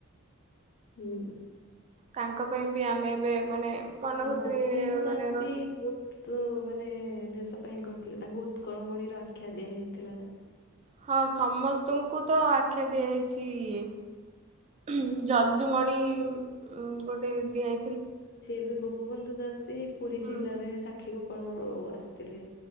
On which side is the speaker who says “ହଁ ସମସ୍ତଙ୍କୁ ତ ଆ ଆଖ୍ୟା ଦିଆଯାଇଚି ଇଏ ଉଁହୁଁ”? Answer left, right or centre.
Right